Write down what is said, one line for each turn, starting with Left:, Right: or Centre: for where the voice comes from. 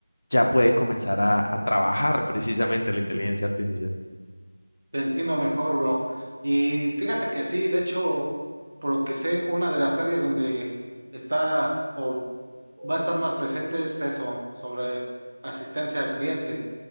Left: ya puede comenzar a, a trabajar precisamente la inteligencia artificial.
Right: Te entiendo mejor, bro. Y fíjate que sí, de hecho, por lo que sé, una de las áreas donde está o va a estar más presente es eso, sobre asistencia al cliente.